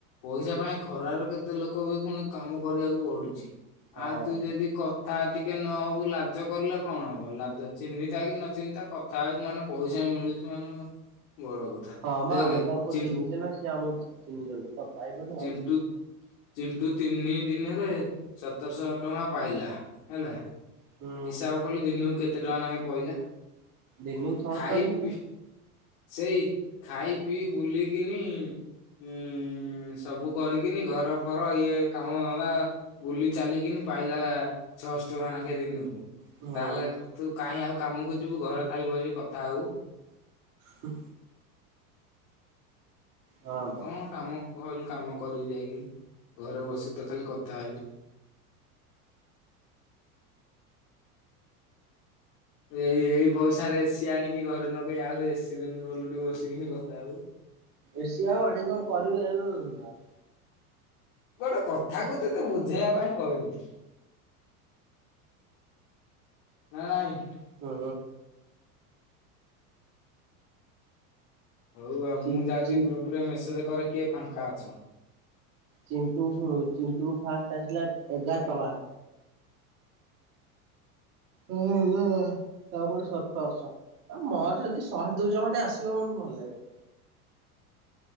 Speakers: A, on the left; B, on the right.
A: ପଇସା ପାଇଁ ଖରାରେ କେତେ ଲୋକ ବି ପୁଣି କାମ କରିବାକୁ ପଡୁଚି।
B: ହଁ।
A: ଆଉ ତୁ ଯେନ୍ତି କ ଥା ଟିକେ ନହବୁ ଲାଜ କରିଲେ କଣ ହବ, ଲାଜ ଚିହ୍ନିତା କି ନ ଚିହ୍ନିଥା କ ଥା ହବୁମାନେ ପଇସା ମିଳୁଚି ମାନେ ବଡ କଥା।
B: ହଁ ମ
A: ଦେଖେ
B: ଆମେ ତାଙ୍କୁ କଣ
A: ଚି
B: ଚିହ୍ନିଚେନା ସେ ଆମକୁ ଚିହ୍ନିଛନ୍ତି। କଥା ହେଇପଡି
A: ଚିଣ୍ଟୁ ଚିଣ୍ଟୁ ତିନି ଦିନରେ ସତରଶହ ଟଙ୍କା ପାଇଲା ହେଲା।
B: ହୁଁ
A: ହିସାବ କଲୁ ଦିନକୁ କେତେ ଟଙ୍କା ଲେଖା ପଇଲା।
B: ଦିନକୁ ଛଅଶହ
A: ଖାଇ
B: ଲୋକ
A: ପିଇ ସେଇ ଖାଇ ପିଇ ବୁଲିକିନି ଉଁ ସବୁ କରିକିନି ଘର ଫର ଇଏ କାମ ଧନ୍ଦା ବୁଲି ଚାଲିକିନି ପାଇଲା ଛଅଶ ଟଙ୍କା ଲେଖା ଦିନକୁ।
B: ହୁଁ
A: ତାହେଲେ ତୁ କାହିଁ ଆଉ କାମକୁ ଯିବୁ ଘରେ ଖାଲି ବସିକି କଥା ହବୁ।
B: ହ। ହଁ ବା
A: କଣ କାମ କହିଲୁ କାମ କରିବି ଯାଇକିନି, ଘରେ ବସିକି ତ ଖାଲି କଥା ହେବି। ଏଇ ଏଇ ପଇସାରେ ଏସି ଆଣିକି ଘରେ ନଗେଇ ଆହୁରି ଏସି ରୁମ୍ ଉଲ୍ଟି ବସିକିି କଥା ହବୁ।
B: ଏସିି ଆଉ ଆଣିକି କଣ କରିବୁ <unintelligible>
A: ଗୋଟେ କଥାକୁ ତତେ ବୁଝେଇବା ପାଇଁ କହିଲି। ନା ନାଇଁ।
B: ହୁଁ।
A: ହଉ ଆଉ
B: ଚି
A: ମୁଁ ଯାଉଚି
B: ଚି
A: ଗ୍ରୁପ୍ ରେ ମେସେଜ କରେ କିଏ ଫାଙ୍କା ଅଛ।
B: ଚିଣ୍ଟୁ କୁ ଶୁଣୁ ଚିଣ୍ଟୁ କୁ ଫାଷ୍ଟ ଆସିଲା ଏଗାର ଟଙ୍କା। <unintelligible> ତାପରେ ସତରଶ। ଆ ମୋର ଯଦି ଶହେ ଦୁଇ ଖଣ୍ଡେ ଆସିବ ମତେ ଭଲ ଲାଗିବନି।